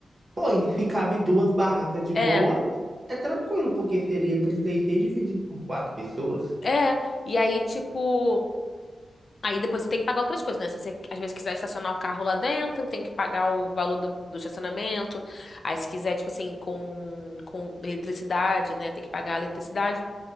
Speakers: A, on the right; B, on the left.
A: pô, e se cabe duas barracas de boa,
B: É,
A: é tranquilo, porque seria 36 dividido por quatro pessoas.
B: é. E aí, tipo. Aí depois você tem que pagar outras coisas, né? Se você, às vezes, quiser estacionar o carro lá dentro, tem que pagar o valor do, do estacionamento. Aí, se quiser, tipo assim, com, com eletricidade, né? Tem que pagar a eletricidade.